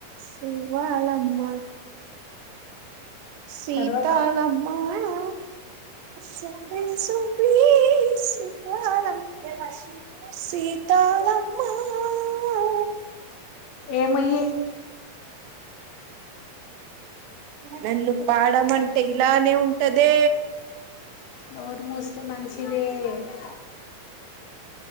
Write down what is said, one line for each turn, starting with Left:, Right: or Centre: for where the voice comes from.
Right: సువ్వలమ్మ సీతాలమ్మా
Left: తర్వాత
Right: ఆ సువ్వీ సువ్వీ సీతాలమ్మ సీతాలమ్మా ఆ
Left: ఏమయ్యి
Right: నన్ను పాడమంటే ఇలానే ఉంటదే.
Left: నోరు మూస్తే మంచిదే. ఆ